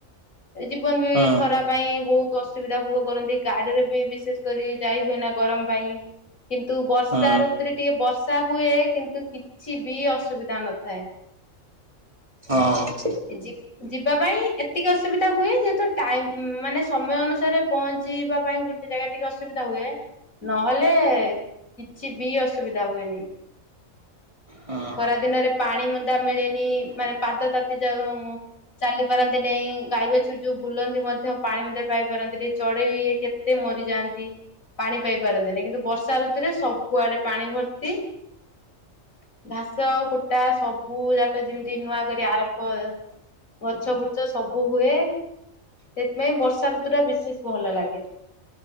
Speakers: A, on the left; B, on the right.
A: ଜୀବନ ବି
B: ହଁ
A: ଖରା ପାଇଁ ବହୁତ ଅସୁବିଧା ଭୋଗ କରନ୍ତି କାଡିରେ ବିଶେଷ କରି ଯାଇ ହୁଏ ନା ଗରମ ପାଇଁ କିନ୍ତୁ ବର୍ଷା
B: ହଁ
A: ଋତୁରେ ଟିକେ ବଶ୍ ର୍ଷା ହୁଏ କିନ୍ତୁ କିଛି ବି ଅସୁବିଧା ନଥାଏ।
B: ହଁ
A: ଏଜିି ଯିବା ପାଇଁ ଏତିକି ଅସୁବିଧା ହୁଏ ଯେହେତୁ ଟାଇମ ମାନେ ସମୟ ଅନୁସାରେ ପହଞ୍ଚିବା ପାଇଁ ଗୋଟେ ଜାଗା ଟିକିଏ ଅସୁବିଧା ହୁଏ। ନହେଲେ କିଛି ବି ଅସୁବିଧା ହୁଏନି।
B: ହଁ।
A: ଖରା ଦିନରେ ପାଣି ମୁଁନ୍ଦା ମିଳେନି ମାନେ ପାଦ ତାତି ଯା ଚାଲି ପାରନ୍ତି ନାଇଁ। ଗାଈ ବାଛୁରି ଯୋଉଁ ବୁଲନ୍ତି ମଧ୍ୟ ମୁଁନ୍ଦେ ପାଇପାରନ୍ତି ଚଢ଼େଇ ଇଏ କେତେ ମରିଯାଆନ୍ତି ପି ପାଣି ପାଇ ପାରନ୍ତି ନାହିଁ କିନ୍ତୁ ବର୍ଷା ଋତୁରେ ସବୁଆଡେ ପାଣି ଭର୍ତ୍ତି ଘାସ କୁଟା ସବୁ ଯାକ ଯେମିତି ନୂଆ କରି ଆରମ୍ଭ ଗଛ ବୃକ୍ଷ ସବୁ ହୁଏ, ସେଥିପାଇଁ ବର୍ଷା ଋତୁ ଟା ବିଶେଷ ଭଲ ଲାଗେ।